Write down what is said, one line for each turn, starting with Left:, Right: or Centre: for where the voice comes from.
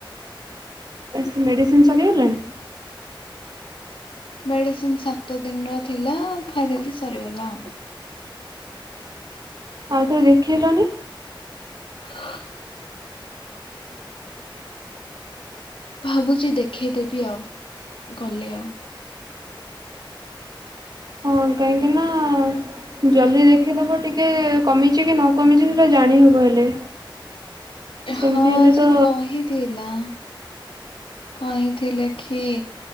Right: ଏ ସେ ମେଡ଼ିସିନ୍ ସରିଗଲାଣି?
Left: ମେଡିସିନ୍ ସାତ ଦିନର ଥିଲା ଖାଇଦେଲି ସରିଗଲା ଆଉ।
Right: ଆଉଥରେ ଦେଖେଇଲଣିି।
Left: ହ ଭାବୁଚି ଦେଖେଇଦେବି ଆଉ ଗଲେ ଆଉ।
Right: ହଁ କାହିଁକି ନା ଜଲ୍ଦି ଦେଖିଦବ ଟିକେ କମିଚି କି ନ କମିଚି ସେଟା ଜାଣିହବ ହେଲେ। ସେମିତି
Left: ହଁ
Right: ହେଲେ ତ
Left: ସେ କହିଥିଲା। କହିଥିଲେ ଖି